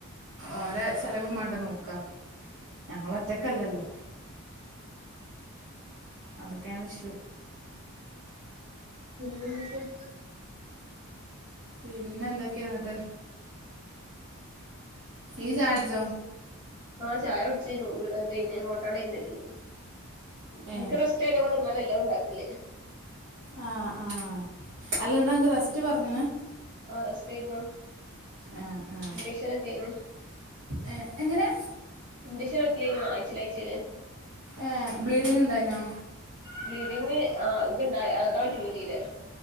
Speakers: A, on the right; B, on the right.
A: ഓര ചലവും മാണ്ട നോക്ക ഞങ്ങള് ഒറ്റക്കല്ലല്ലോ അതൊക്കെണ് ഇഷു
B: മീശം
A: പിന്നെ എന്തൊക്കെന്നിട്ട് ഈ ചായടിച്ചോ
B: ആഹ് ചായയൊടിച്ചിന്നു ഇവിടെത്ന്നെ ഓട്ടോണ്ടാക്കിന്
A: ഏ
B: ഇനിക്കറസ്റ്റേനെ കൊണ്ട് ഉമ്മന്നെ എല്ലാ ഉണ്ടാക്കല്
A: ആഹ് ആഹ് അല്ലണ്ട് അണക്ക് റെസ്റ്റ് പറഞ്ഞന്
B: ആഹ് റസ്തേന്നു
A: ഏ ഏ
B: ഇൻജക്ഷനൊക്കെ ഏന്
A: ഏ, എങ്ങനെ
B: ഇൻഡക്ഷൻ വെക്കലെർന്ന് ആയ്ച്ചില ആയ്ച്ചില്
A: ഏ ബ്ലീഡിങ് ഇണ്ടായിനോ
B: ബ്ലീഡിങ് ആ ഇന്ക്ക് ണ്ടായി അളക്കാ പറ്റൂല തീരെ